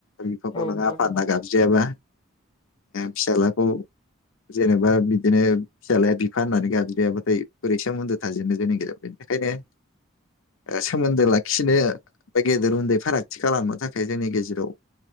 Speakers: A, on the left; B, on the left.
A: बिफाखौ
B: औ नोंथां
A: नों आफा
B: औ
A: होनना गाबज्रियो आरोना फिसालाखौ जेनेबा बिदिनो फिसालाया बिफा होननानै गाब ज्रिया बाथाय बोरै सोमोनदो थाजेननो जोंनि गेजेराव बेनिखायनो ओ सोमोन्दो लाखिनो बा गेदेर उन्दै फारागथि खालामनो थाखाय जोंनि गेजेराव